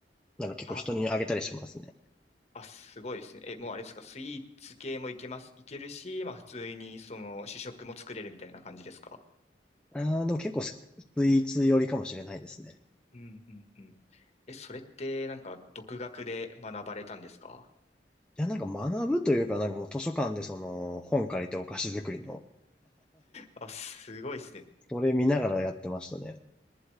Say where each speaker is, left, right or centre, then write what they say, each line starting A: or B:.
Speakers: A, in the centre; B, on the left (about 40°).
A: なんか結構人にあげたりしますね。
B: あ、あ、すごいですね。え、もうあれですか、スイーツ系もいけます、いけるし、まあ普通にその主食も作れるみたいな感じですか。
A: ああ、でも結構ススイーツ寄りかもしれないですね。
B: うんうんうん。え、それってなんか独学で学ばれたんですか
A: いや、なんか学ぶというか、なんかもう図書館でその本借りてお菓子作りの、
B: あ、すごいですね。
A: それ見ながらやってましたね。